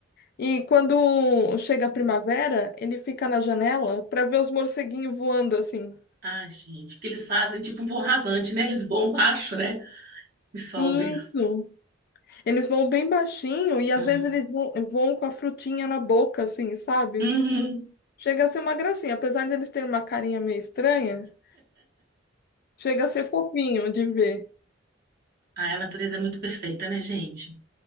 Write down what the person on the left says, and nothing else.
e quando chega a primavera, ele fica na janela para ver os morceguinhos voando assim.
Isso. Eles voam bem baixinho e às
vezes eles vo- voam com a frutinha na boca, assim, sabe?
Chega a ser uma gracinha, apesar de eles terem uma carinha meio estranha, chega a ser fofinho de ver.